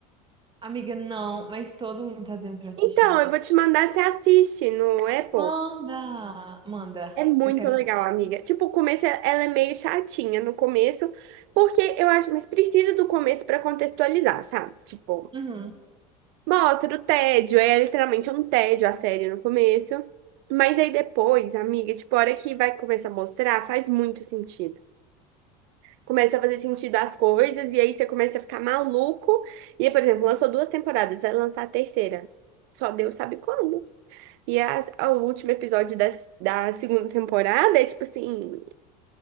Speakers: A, on the right; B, on the right.
A: Amiga, não, mas todo mundo tá dizendo pra eu assistir.
B: Então, eu vou te mandar, você assiste no Apple.
A: Manda! Manda.
B: É muito
A: Eu quero
B: legal,
A: muito.
B: amiga. Tipo, o começo é- ela é meio chatinha no começo, porque eu acho, mas precisa do começo para contextualizar, sabe? Tipo,
A: Uhum.
B: Mostra o tédio, é literalmente um tédio a série no começo. Mas aí depois, amiga, tipo, a hora que vai começar a mostrar, faz muito sentido. Começa a fazer sentido as coisas, e aí você começa a ficar maluco. E, por exemplo, lançou duas temporadas, vai lançar a terceira. Só Deus sabe quando. E as- o último episódio da, da segunda temporada é tipo assim,